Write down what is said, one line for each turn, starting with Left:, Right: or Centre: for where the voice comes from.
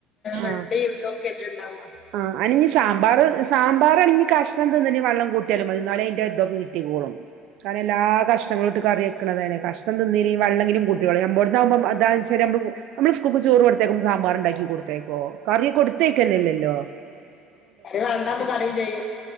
Left: വെണ്ടയും
Right: ആഹ്
Left: ഇതൊക്കെയല്ലേയുണ്ടാവു.
Right: ആ അനിനി സാമ്പാറ്. സാമ്പാറണിഞ്ഞ് കഷ്ണം തിന്നിനി വെള്ളം കൂട്ടിയാലും മതിന്നാലേയിതിന്റെതിതൊക്കെ കിട്ടിക്കോളും. കാരണം എല്ലാ കഷ്ണങ്ങളിട്ട് കറിവെക്കെണതല്ലേ. കഷ്ണം തിന്നില്ലായെങ്കിലും വെള്ളവെങ്കിലും കൂട്ടികളയും. നമ്മെടെന്നാമ്പ അതനുസര ട് നമ്മള് സ്കൂളേക്ക് ചോറ് കൊടുത്തേക്കും സാമ്പാറൊണ്ടാക്കി കൊടുത്തേക്കോ. കറി കൊടുത്തയക്കേല്ലല്ലോ.
Left: അത് വേണ്ടാന്ന് പറയേം ചെയ്യും.